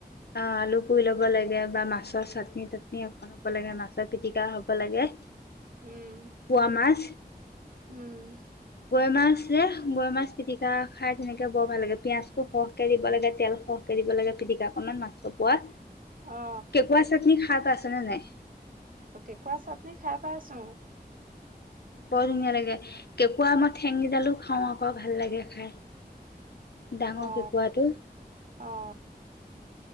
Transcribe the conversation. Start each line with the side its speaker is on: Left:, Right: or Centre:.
Left: অ', আলু পুৰি ল'ব লাগে বা মাছৰ চাটনি তাটনি এখন ল'ব লাগে, মাছৰ পিটিকা হ'ব লাগে। পোৱা
Right: উম
Left: মাছ
Right: উম।
Left: গৈ মাছে গৈ মাছ পিটিকা খাই তেনেকে বৰ ভাল লাগে পিয়াজ টো সৰহকে দিব লাগে তেল সৰহকে দিব লাগে পিতিকা কনত মাছৰ পোৱা
Right: অ
Left: কেকুৱা চাতনি শাত আছে নে নাই।
Right: কেকুৱা চাটনি খাই পাইচোন।
Left: বৰ ধুনীয়া লাগে কেঁকুৰা মই ঠেঙিডালো খাওঁ আকৌ ভাল লাগে খাই। ডাঙৰ
Right: অ
Left: কেকুৱাটো
Right: অ